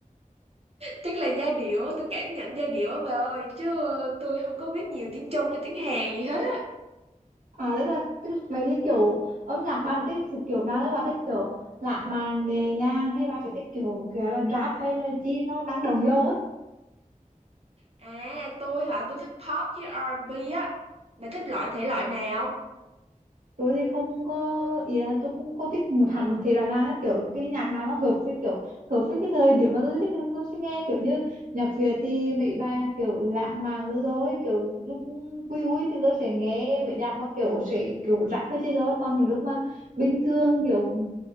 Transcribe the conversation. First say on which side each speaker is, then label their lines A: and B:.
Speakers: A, on the right; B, on the right.
A: chắc là giai điệu á, tôi cảm nhận giai điệu á bà ơi chứ tôi không có biết nhiều tiếng Trung hay tiếng Hàn gì hết á
B: à tức là tức là, vậy thì kiểu âm nhạc bà thì thích thuộc kiểu nào đấy bà thích kiểu lãng mạn nhẹ nhàng hay bà sẽ thích kiểu kiểu là rap hay là chi nó năng động vô ấy
A: à tôi hả tôi thích pop với R&B á bà thích loại thể loại nào
B: tôi thì không có ý là tôi không có thích một hẳn một thể loại nào hết kiểu cái nhạc nào nó hợp với kiểu hợp với cái thời điểm mà tôi thích tôi sẽ nghe kiểu như nhạc Việt thì mấy bài kiểu lãng mạn rồi rồi kiểu lúc vui vui thì tôi sẽ nghe mấy nhạc mà kiểu sẽ kiểu rap với chứ rồi còn những lúc mà bình thường kiểu